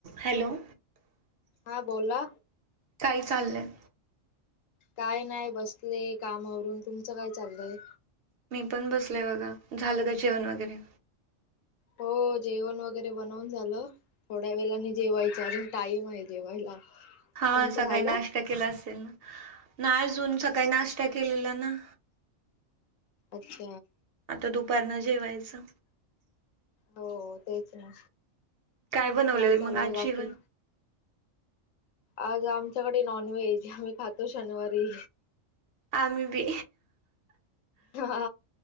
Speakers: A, on the right (about 55°); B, on the left (about 90°).
A: Hello
B: हा बोला
A: काही चाललंय
B: काय नाही बसले कामावरून तुमचं काय चाललंय
A: मी पण बसलय बघा झालं ग जेवण वगैरे
B: हो जेवण वगैरे बनवून झालं थोड्या वेळाने जेवायच अजून टाइम आहे जेवायला
A: हा
B: तुमचं
A: सकाळी
B: झालं
A: नाश्ता केला असेल ना ना अजून सकाळी नाश्ता केलेला ना
B: अचछ
A: आता दुपारन जेवायचं
B: हो तेच ना
A: बनवलेलं
B: मग काय चाललंय
A: मग आज
B: बाकी
A: जेवण
B: आज आमच्याकडे नॉनव्हेज आम्ही खातो शनिवारी
A: आम् बी
B: हा